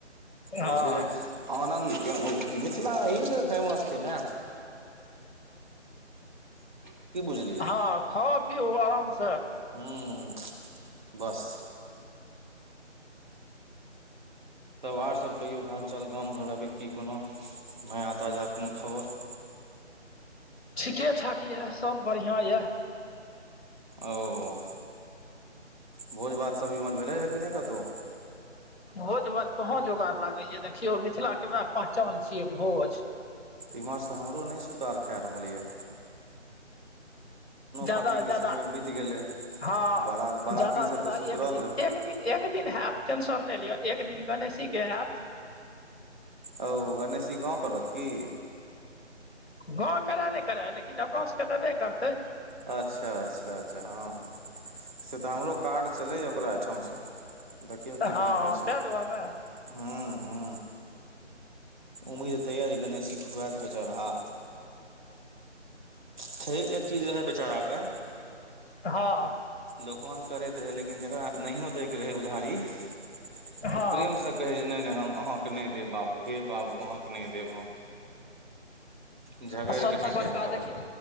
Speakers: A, on the right (about 40°); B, on the left (about 60°).
A: बुझलियै
B: हँ
A: आनन्द प्रभू मिथिला एही सँ फेमस छै ने की बुझलियै
B: ह, खाउ पिबू आराम स
A: हूँ, बस तब आर सभ कहियौ हाल चाल गाम घरक की कोना नया ताजा कोनो खबर
B: ठीके ठाक या सभ बढ़िया यए
A: अरव बाह। भोज भात सभ इम्हर भेलैया कि नहि कत‌उहु
B: भोज भात कहाँ जोगाड़ लागय या देखियौ मिथिला के वएह पहचान छियै भोज
A: इम्हरसँ हमरो नै सुतार खा रहल यए
B: ज्यादा
A: पाती
B: स
A: के
B: ज्यादा
A: समय बीत गेले
B: <inaudible> हँ
A: बारा बाराती
B: ज्यादा
A: सब
B: से ज्यादा
A: तऽ सुतरल
B: एक दिन
A: रहे
B: दैत एक दिन हयत टेंशन नय लिअ एक दिन गणेशी के हैत
A: औ गणेशी गाँव करत की
B: गाँव करै की न करै लेकिन अपना सबके देबे करतै
A: अच्छा अच्छा अच्छा हँ हँ से तऽ हमरो काड छलैए ओकरा एहिठामसँ देखियौ
B: हँ
A: की कोना होइ छै
B: ताहि दुआरे ने
A: हु हु उम्मीद त य जे गणेशी खुआत बेचारा आ छै एक चीज रहै बेचारा के
B: हँ
A: दोकान करैत रहै लेकिन जकरा नहियो दैके रहै उधारी तऽ
B: हँ
A: प्रेमसँ कहै जे नहि नहि हम अहाँके नहि देब बाबू हे बाबू अहाँके नहि देब हम झगड़ि
B: आ सभसँ
A: के नहि
B: बड़का
A: कहै ककरो
B: देखि